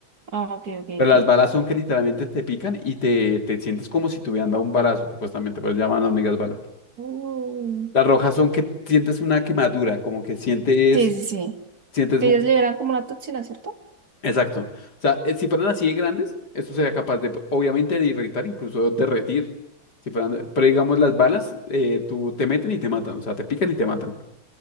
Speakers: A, on the right; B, on the left.
A: Ah, ok, ok,
B: Pero
A: ok.
B: las balas son que literalmente te pican y te, te sientes como si te hubieran dado un balazo, supuestamente, pero llaman hormigas balas.
A: Mm.
B: Las rojas son que sientes una quemadura, como que sientes,
A: Sí, sí, sí.
B: sientes
A: Que ellas liberan como la toxina, ¿cierto?
B: Exacto. O sea, eh, si fueran así de grandes, esto sería capaz de, pues, obviamente, de irritar, incluso derretir. Si fueran, pero digamos, las balas, eh, tú te meten y te matan, o sea, te pican y te matan.